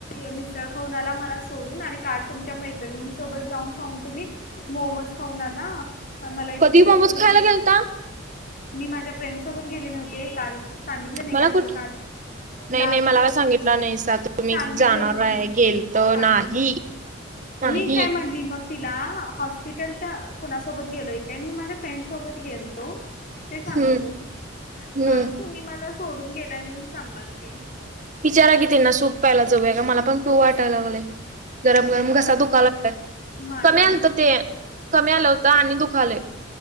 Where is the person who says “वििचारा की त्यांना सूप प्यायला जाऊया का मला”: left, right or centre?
Right